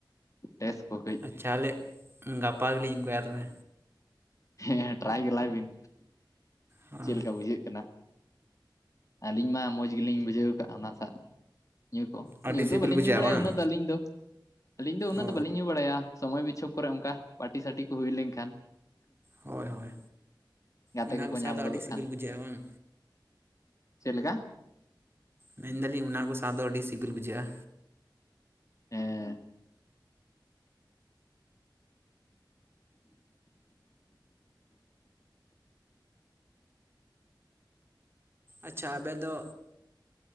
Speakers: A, on the left; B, on the right.
A: ᱵᱮᱥ ᱠᱚ ᱠᱟᱹᱡ᱾
B: ᱟᱪᱪᱷᱟ ᱦᱚᱞᱮ ᱜᱟᱯᱟ ᱜᱮᱞᱤᱧ ᱚᱱᱠᱟᱭᱟ ᱛᱚᱵᱮ᱾
A: ᱦᱮᱸ ᱴᱨᱟᱭ ᱜᱮᱞᱟᱭ ᱵᱤᱱ
B: ᱦᱳᱭ
A: ᱪᱮᱫ ᱞᱮᱠᱟ ᱵᱩᱡᱷᱟᱹᱜ ᱠᱟᱱᱟ᱾ ᱟᱹᱞᱤᱧ ᱢᱟ ᱢᱚᱪ ᱜᱮᱞᱤᱧ ᱵᱩᱡᱷᱟᱹᱣ ᱟᱠᱟᱜ ᱚᱱᱟᱥᱟ᱾ ᱧᱩ ᱠᱚ
B: ᱟᱹᱰᱤ
A: ᱧᱩ
B: ᱥᱤᱵᱤᱞ
A: ᱫᱚ ᱵᱟᱹᱞᱤᱧ
B: ᱵᱩᱡᱷᱟᱹᱜᱼᱟ
A: ᱧᱩ ᱵᱟᱲᱟᱭᱟ
B: ᱵᱟᱝ
A: ᱩᱱᱟᱹᱜ ᱫᱚ ᱟᱹᱞᱤᱧ ᱫᱚ ᱟᱹᱞᱤᱧ ᱫᱚ ᱩᱱᱟᱹᱜ
B: ᱚ
A: ᱫᱚ ᱵᱟᱹᱞᱤᱧ ᱧᱩ ᱵᱟᱲᱟᱭᱟ᱾ ᱥᱚᱢᱚᱭ ᱵᱤᱪᱷᱚᱠ ᱠᱚᱨᱮ ᱚᱱᱠᱟ ᱯᱟᱴᱤ ᱥᱟᱴᱤ ᱠᱚ ᱦᱩᱭ ᱞᱮᱱᱠᱷᱟᱱ᱾
B: ᱦᱳᱭ ᱦᱳᱭ
A: ᱜᱟᱛᱮ
B: ᱚᱱᱟ
A: ᱠᱚᱠᱚ
B: ᱠᱚ ᱥᱟᱶ
A: ᱧᱟᱢ
B: ᱫᱚ
A: ᱜᱚᱫᱚᱜ
B: ᱟᱹᱰᱤ ᱥᱤᱵᱤᱞ
A: ᱠᱷᱟᱱ᱾
B: ᱵᱩᱡᱷᱟᱹᱜᱼᱟ ᱵᱟᱝ
A: ᱪᱮᱜ ᱞᱮᱠᱟ?
B: ᱢᱮᱱᱫᱟᱞᱤᱧ ᱚᱱᱟ ᱠᱚ ᱥᱟᱣ ᱫᱚ ᱟᱹᱰᱤ ᱥᱤᱵᱤᱞ ᱵᱩᱡᱷᱟᱹᱜᱼᱟ᱾
A: ᱦᱮᱸ
B: ᱟᱪᱪᱷᱟ ᱟᱵᱮ ᱫᱚ